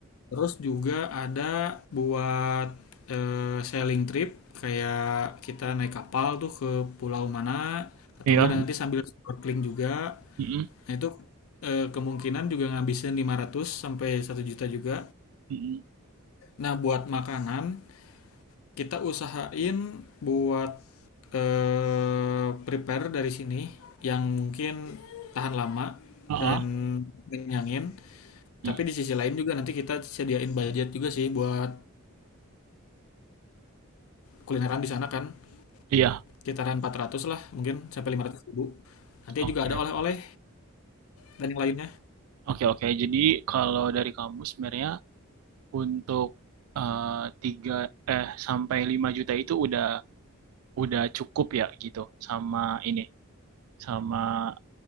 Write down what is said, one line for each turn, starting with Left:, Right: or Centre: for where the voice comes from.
Left: Terus juga ada buat eh, sailing trip kayak kita naik kapal tuh ke pulau mana atau
Right: iya,
Left: enggak nanti sambil snorkeling juga.
Right: hmm,
Left: Nah, itu eh, kemungkinan juga ngabisin 500 sampai satu juta juga.
Right: hmm,
Left: Nah, buat makanan kita usahain buat eh, prepare dari sini yang mungkin tahan lama
Right: ah,
Left: dan
Right: ah,
Left: kenyangin.
Right: hmm,
Left: Tapi di sisi lain juga nanti kita sediain budget juga sih buat kulineran di sana kan.
Right: iya,
Left: Sekitaran 400 lah mungkin sampai 500 ribu. Nanti
Right: oke.
Left: juga ada oleh-oleh dan yang lainnya.
Right: Oke, oke. Jadi kalau dari kamu sebenarnya untuk eh, tiga eh sampai 5 juta itu udah udah cukup ya gitu sama ini sama